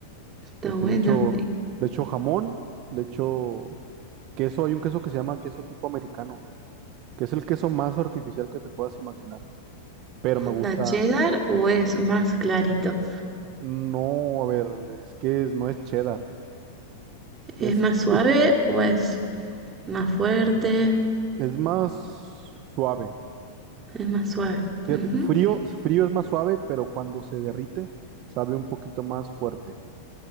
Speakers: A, on the right (about 25°); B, on the right (about 45°).
A: Está
B: Este,
A: bueno.
B: le echo, le echo jamón, le echo queso. Hay un queso que se llama queso tipo americano, que es el queso más artificial que te puedas imaginar. Pero me
A: ¿Onda
B: gusta.
A: cheddar o es más clarito?
B: No, a ver, es que es- no es cheddar. Es,
A: ¿Es más suave
B: es,
A: o es más fuerte?
B: es más suave.
A: Es más suave.
B: Fíjate,
A: Ujú,
B: frío, frío es más suave, pero cuando se derrite, sabe un poquito más fuerte.